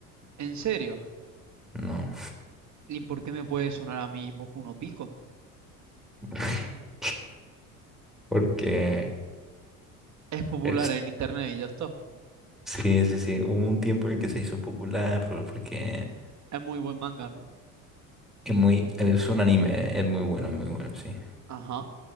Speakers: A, on the right; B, in the centre.
A: en serio.
B: No,
A: ¿Y por qué me puede sonar a mí Boku no Pico?
B: <laughs> porque
A: Es popular
B: es-
A: en internet y ya está.
B: sí, sí, sí, hubo un tiempo en el que se hizo popular, pero porque
A: Es muy buen manga, ¿no?
B: es muy, es un anime, es muy bueno, muy bueno, sí.
A: Ajá.